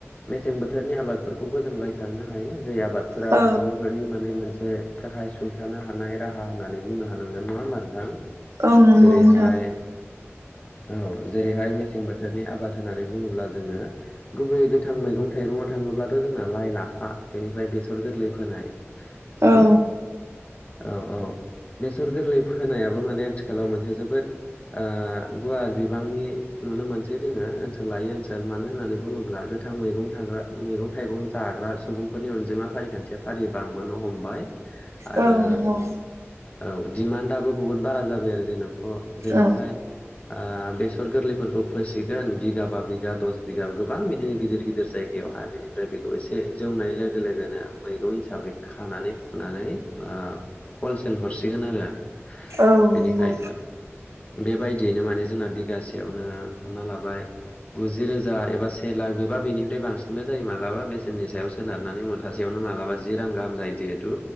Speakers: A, on the left; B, on the right.
A: मेसें बोथोरनि आबादफोरखौबो जों रायखांनो हायो जे आबादफोरा
B: औ
A: सुबुंफोरनि माने मोनसे। से गाहाय सुंथानो हानाय राहा होननानै बुंनो हानांगोन नङा होमबा नोंथां
B: औ नंगौ
A: जेरैहाय
B: नोंथां
A: औ जेरैहाय मेसें बोथोरनि आबाद होननानै बुङोब्ला जोङो गुबै गो थां मैगं थाइगंङाव थाङोब्लाथ' जोंना लाइ लाखा बेनिफ्राय बेसर गोरलै फोनाय ना
B: औ
A: औ औ बेसर गोरलै फोनायाबो माने आथिखालाव मोनसे जोबोद ओ गुवार बिबांनि नुनो मोनसै जोङो ओनसोल लायो ओनसोल मानो होननानै बुङोब्ला गो थां मैगं थाग्रा मैगं थाइगं जाग्रा सुबुंफोरनि अनजिमा फारिखान्थिया फारि बांबोनो हमबाय आरो
B: औ नंगौ
A: औ दिमान्डआबो बुहुत बारा जाबाय आरो जेन'ख जेनेखाय
B: औ
A: आ बेसर गोरलैफोरखौ फोसिगोन बिगा बा बिगा दस बिगा गोबां बिदिनो गिदिर गिदिर जायगायावहाय बेनिफ्राय बेखौ एसे जौनाय लोगो लोगोनो मैगं हिसाबै खानानै फु नानै ओ हलसेल हरसिगोन आरो
B: औ
A: बेनिखाय
B: नंगौ
A: बेबायदियैनो माने जोंना बिगासेयावनो हमना लाबाय गुजि रोजा एबा से लाख बे बा बिनिफ्राय बांसिनबो जायो माब्लाबा बेसेननि सायाव सोनारनानै मुथासेयावनो मालाबा जि रां गाहाम जायो जिहेथु